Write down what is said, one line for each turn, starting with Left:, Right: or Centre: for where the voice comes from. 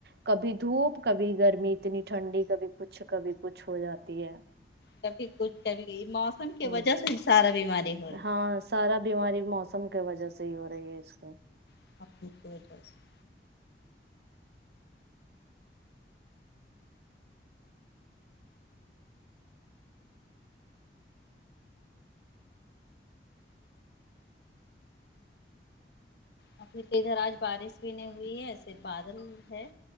Right: کبھی دھوپ کبھی گرمی اتنی ٹھنڈی کبھی کچھ کبھی کچھ ہو جاتی ہے
Left: کبھی کچھ کبھی موسم کی
Right: ہ
Left: وجہ سے سارا بیماری ہو رہا ہے
Right: ہاں سارا بیماری موسم کی وجے سے ہی ہو رہی ہے اس میں
Left: <unintelligible> ابھی تو ادھر آج بارش بھی نہیں ہوئی ہے ایسے بادل ہے